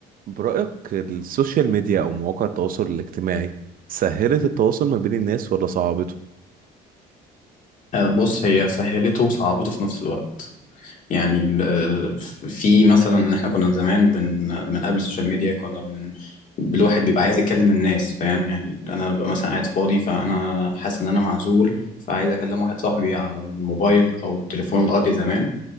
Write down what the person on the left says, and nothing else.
آه، بص هي سهلته وصعبته في نفس الوقت يعني آه، في مثلا ان احنا كنا زمان بن من قبل السوشيال ميديا كنا بن الواحد بيبقى عايز يكلم الناس فاهم يعني انا ببقى مثلا قاعد فاضي فانا حاسس ان انا معزول فعايز اكلم واحد صاحبي على الموبايل او التليفون الارضي زمان